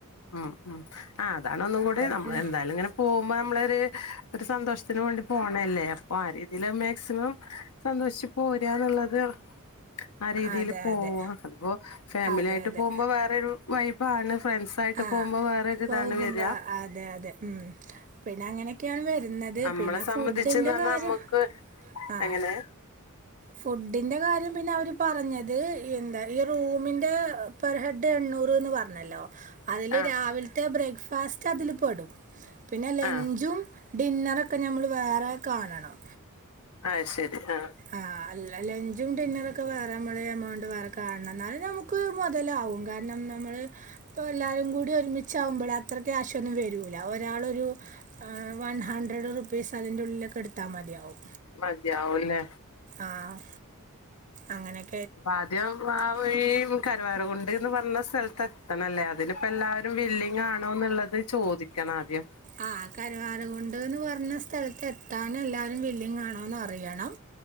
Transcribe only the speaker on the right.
അപ്പം പിന്നെ
അതെ
അതെ
അതെ
അതെ
ആ
പോകുമ്പോൾ
അതെ അതെ ഉം പിന്നെ അങ്ങനെയൊക്കെയാണ് വരുന്നത്
പിന്നെ
ഫുഡിന്റെ
കാര്യം
ആഹ്
ഫുഡിന്റെ കാര്യം പിന്നെ അവര് പറഞ്ഞത് എന്താ ഈ റൂമിന്റെ പെർ ഹെഡ് എണ്ണൂറ്ന്ന് പറഞ്ഞല്ലോ അതില്
രാവിലത്തെ ബ്രേക്ക്ഫാസ്റ്റ് അതില് പെടും പിന്നെ ലഞ്ചും
ഡിന്നറൊക്കെ ഞമ്മൾ വേറെ കാണണം
ആഹ അല്ല ലഞ്ചും ഡിന്നറും ഒക്കെ വേറെമ്മള എമൗണ്ട് വേറെ കാണണം എന്നാലും നമുക്ക ക്ക് മുതലാവും കാരണം നമ്മള് ഇപ്പൊ എല്ലാരും കൂടി ഒരുമിച്ച ആകുമ്പോഴ അത്ര ക്യാശ ഒന്നും വരൂല ഒരാളൊരു ആ വൺ ഹൺണ്ട്രഡ് റുപ്പീസ് അതിന്റെ ഉള്ളിലൊക്കെ എടുത്താൽ മതിയാവും
ആഹ് അങ്ങനെയൊ
ആ കരുവാരൻകുണ്ട്ന്ന് പറഞ്ഞ സ്ഥലത്ത് എത്താന് എല്ലാരും വില്ലിങ് ആണോന്ന് അറിയണം